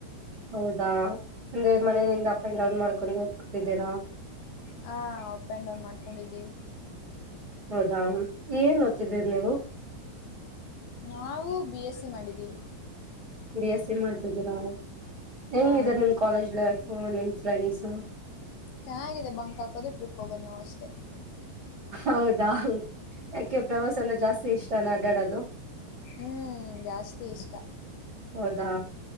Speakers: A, on the right; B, on the left.
A: ಹೌದಾ ಅಂದೆ
B: ಹಾಂ
A: ಮನೆಯಿಂದ ಅಪ್ ಅಂಡ್ ಡೌನ್ ಮಾಡ್ಕೊಂಡು ಹ ಸಿಕ್ತಿದ್ದೇರಾ
B: ಹಾ ಅಪ್ ಆಂಡ್ ಡೌನ್ ಮಾಡ್ಕೊಂಡಿದ್ದೀವಿ
A: ಹೌದಾ ಏನ್ ಓದತಿದ್ದೀರಿ ನೀವು
B: ನಾವು ಬಿ ಎಸ್ಸಿ ಮಾಡಿದ್ದೀವಿ
A: ಬಿ ಎಸ್ ಸಿ ಮಾಡ್ತಿದ್ದೀರಾ ಹೆಂಗ
B: ಹಾಂ
A: ನಿಮ್ ಕಾಲೇಜ್ ಲೈಫ್ ನಿಮ್ ಫ್ರೆಂಡ್ಸ್
B: ಚೆನ್ನಾಗಿದೆ ಬಂಕ್ ಹಾಕೋದು ಟ್ರಿಪ್ ಹೋಗೋದು ನಾವು ಅಷ್ಟೇ
A: ಹೌದಾ ಯಾಕೆ ಪ್ರವಾಸನ ಜಾಸ್ತಿ ಇಷ್ಟಲ್ಲ ಅಡ್ಡಾಡೋದು
B: ಹ್ಮ್ ಜಾಸ್ತಿ ಇಷ್ಟ
A: ಹೌದಾ